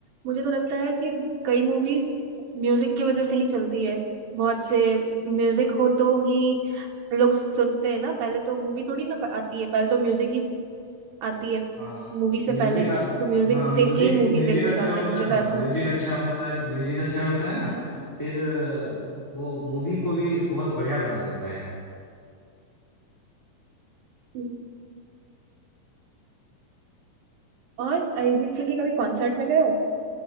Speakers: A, on the right; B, in the centre.
A: मुझे तो लगता है कि कई मूवीज म्यूजिक की वजह से ही चलती है बहुत से म्यूजिक हो तो ही लोग सुनते हैं ना पहले तो मूवी थोड़ी ना प- आती है पहले तो म्यूजिक ही आती है
B: हाँ
A: मूवी से
B: म्यूजिक
A: पहले तो म्यूजिक
B: हाँ म्यूजिक
A: देख के ही मूवीज
B: म्यूजिक
A: देखने
B: अच्छा
A: जाते
B: होता
A: हैं मुझे
B: है
A: तो
B: हाँ
A: ऐसा
B: म्यूजिक
A: लगता है
B: अच्छा होता है म्यूजिक अच्छा होता है ना फिर अ, वो मूवी को भी बहुत बढ़िया बना देता है
A: हम्म। और अरिजीत सिंह के कभी कॉन्सर्ट में गए हो